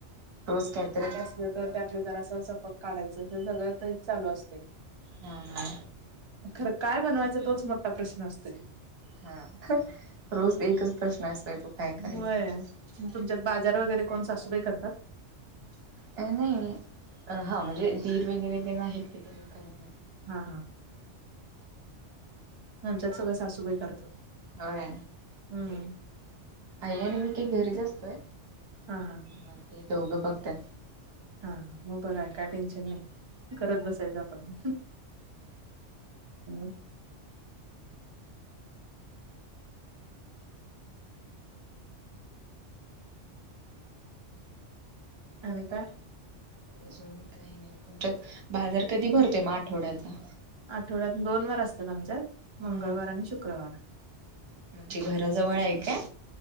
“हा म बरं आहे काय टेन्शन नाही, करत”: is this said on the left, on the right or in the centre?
Right